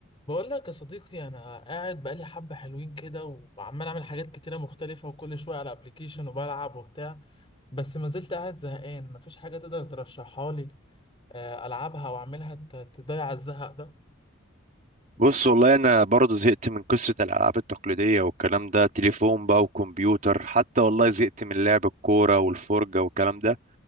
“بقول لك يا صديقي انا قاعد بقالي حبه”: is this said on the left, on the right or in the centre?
Left